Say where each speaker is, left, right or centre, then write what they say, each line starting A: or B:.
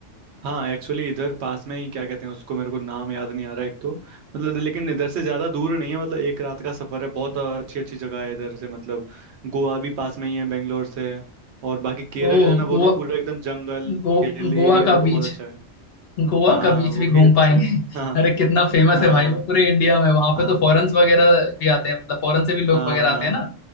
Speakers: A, on the right; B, on the left.
A: हाँ एक्चुअली इधर पास में ही क्या कहते हैं उसको मेरे को नाम याद नहीं आ रहा एक तो मतलब लेकिन इधर से ज्यादा दूर नहीं है मतलब एक रात का सफर है बहुत अच्छी अच्छी जगह है इधर से मतलब गोवा भी पास में ही है बेंगलोर से और बाकी केरल
B: ओ
A: है ना वो
B: गोवा
A: तो पूरा एकदम जंगल
B: गो,
A: हिल
B: गोवा
A: एरिया
B: का
A: वो तो
B: बीच
A: बहुत अच्छा है
B: गोवा
A: हाँ
B: का बीच
A: वो
B: भी घूम
A: भी अच्छा
B: पाएंगे
A: है
B: <laughs>
A: हाँ
B: अरे कितना फेमस
A: हाँ
B: है भाई वो पूरे इंडिया में वहां पे
A: हाँ
B: तो फॉरेन्स वगैरह भी आते हैं मतलब फॉरेन से भी लोग
A: हाँ
B: वगैरह
A: हाँ
B: आते हैं
A: हाँ,
B: ना